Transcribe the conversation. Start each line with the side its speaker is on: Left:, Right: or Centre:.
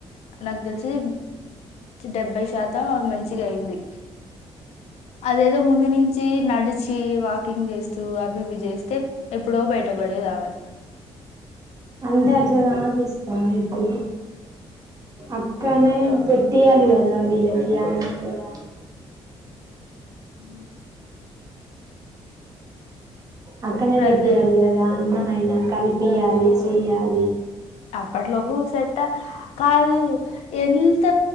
Left: నాకు తెలిసి డెబ్బై శాతం మంచిగా అయింది అదేదో ముందు నుంచి నడిచి వాకింగ్ చేస్తూ అవి ఇవి చేస్తే ఎప్పుడో బయటకు వెళ్ళేదామె
Right: అంటే అట్లాగా ఆశిస్తాను ఇప్పుడు అక్కనే పెట్టియాలి కదా వీళ్ళకి అన్న కూడా
Left: ఉ
Right: అక్కనే
Left: ప్రజె
Right: పెట్టాలి కదా అన్నమయిన కనిపియాలి చేయ్యాలి
Left: అప్పట్లోపు సట్ట కాదు ఎంత